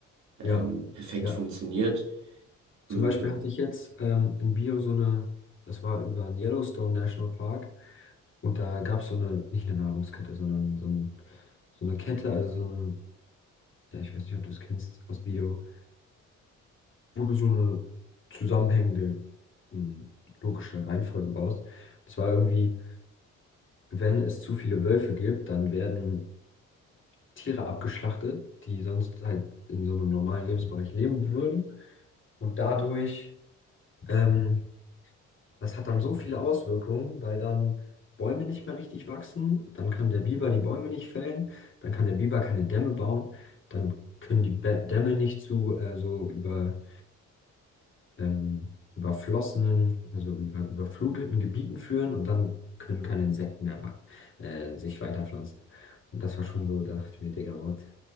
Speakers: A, on the right; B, on the left.
A: ähm,
B: Ja.
A: perfekt
B: Ja,
A: funktioniert. Mhm.
B: Zum Beispiel hatte ich jetzt ähm, in Bio so eine, das war über den Yellowstone National Park und da gab es so eine, nicht eine Nahrungskette, sondern so, ein, so eine Kette, also so eine, ja, ich weiß nicht, ob du es kennst aus Bio, wo du so eine zusammenhängende, ähm, logische Reihenfolge baust. Und zwar irgendwie, wenn es zu viele Wölfe gibt, dann werden Tiere abgeschlachtet, die sonst halt in so einem normalen Lebensbereich leben würden und dadurch. Ähm, Das hat dann so viele Auswirkungen, weil dann Bäume nicht mehr richtig wachsen, dann kann der Biber die Bäume nicht fällen, dann kann der Biber keine Dämme bauen, dann können die Bä- Dämme nicht zu äh, so über, ähm, überflossenen, also über, überfluteten Gebieten führen und dann können keine Insekten mehr wa- äh, sich weiterpflanzen. Und das war schon so, da dachte ich mir, Digga, what?